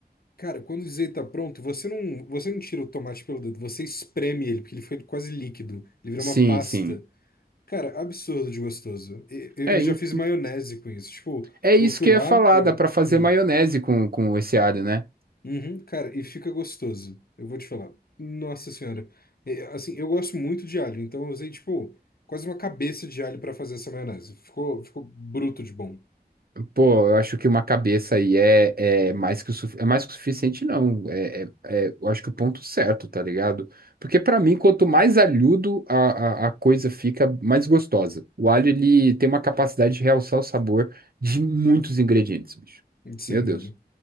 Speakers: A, on the left; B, on the right.
A: Cara, quando o azeite tá pronto, você não, você não tira o tomate pelo dedo, você espreme ele, porque ele fica quase líquido. Ele vira
B: Sim,
A: uma pasta.
B: sim.
A: Cara, absurdo de gostoso. E- Eu,
B: É,
A: eu já
B: hein?
A: fiz maionese com isso. Tipo,
B: é isso
A: eu fui
B: que
A: lá,
B: eu ia falar,
A: eu.
B: dá pra fazer
A: Hum,
B: maionese com, com esse alho, né?
A: uhum, cara, e fica gostoso. Eu vou te falar. Nossa senhora. É, assim, eu gosto muito de alho, então eu usei, tipo, quase uma cabeça de alho pra fazer essa maionese. Ficou, ficou bruto de bom.
B: Pô, eu acho que uma cabeça aí é, é mais que o, suf- é mais que o suficiente, não. É, é- é- eu acho que o ponto certo, tá ligado? Porque pra mim, quanto mais alhudo a, a, a coisa fica, mais gostosa. O alho, ele tem uma capacidade de realçar o sabor de muitos ingredientes, bicho.
A: Sim,
B: Meu Deus.
A: velho.